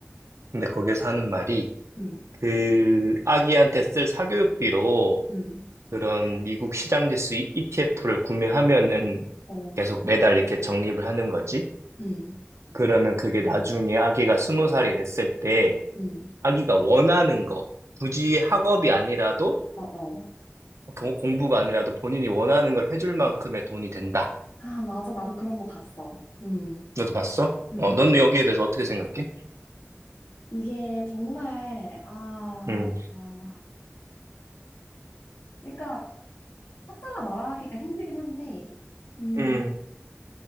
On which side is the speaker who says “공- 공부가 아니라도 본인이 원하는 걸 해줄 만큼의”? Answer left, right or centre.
Right